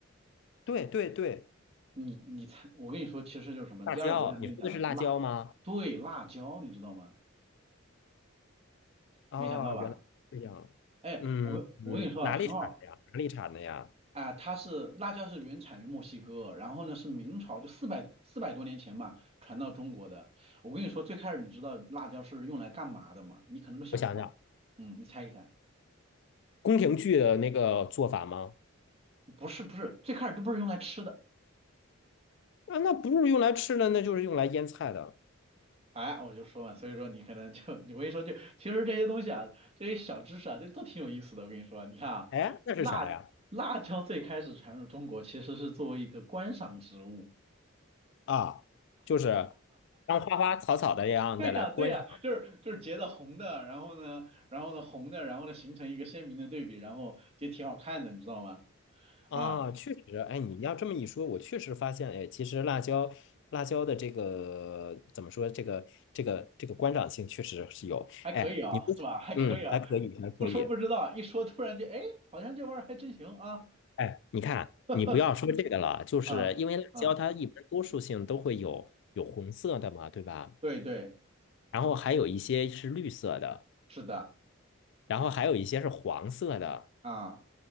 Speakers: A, on the left; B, on the right.
A: 对对对，
B: 你你猜，我跟你说其实就是什么，
A: 辣椒，
B: 第二个我想跟你讲的是辣，
A: 你说的是辣椒吗？
B: 对，辣椒，你知道吗？
A: 啊，
B: 没想到吧？
A: 原来是这样。
B: 哎，
A: 嗯嗯，
B: 我跟嗯我跟你说啊，
A: 哪里产的呀？
B: 很好。
A: 哪里产的呀？
B: 啊，它是辣椒是原产于墨西哥，然后呢是明朝就四百四百多年前嘛传到中国的。我跟你说，最开始你知道辣椒是用来干嘛的吗？你可能都想不到。
A: 我想想，
B: 嗯，你猜一猜，
A: 宫廷剧的那个做法吗？
B: 不是不是，最开始都不是用来吃的。
A: 啊，那不是用来吃的，那就是用来腌菜的。
B: 哎，我就说嘛，所以说你可能就 <laughs> 我跟你说就，其实这些东西啊，这些小知识啊，这都挺有意思的。我跟你说啊，你看啊，
A: 哎，那是啥呀？
B: 辣辣椒最开始传入中国其实是作为一个观赏植物。
A: 啊，就是当花花草草的样的来观赏。
B: <laughs> 对呀，对呀，就是就是截的红的，然后呢，然后呢红的，然后呢形成一个鲜明的对比，然后就挺好看的，你知道吗？
A: 啊，
B: 啊，
A: 确实，哎，你要这么一说，我确实发现，哎，其实辣椒，辣椒的这个怎么说，这个这个这个观赏性确实是有。
B: 还可以啊，
A: 哎，你不，
B: 是吧？还可以啊，
A: 嗯，还可以，还可以。
B: 不说不知道，一说突然就哎，好像这玩意儿还真行啊，
A: 哎，你看，
B: <laughs>
A: 你不要说这个了，就是因为辣椒它一般多数性都会有有红色的嘛，
B: 啊啊，
A: 对吧？
B: 对对，
A: 然后还有一些是绿色的，
B: 是的，
A: 然后还有一些是黄色的，
B: 啊，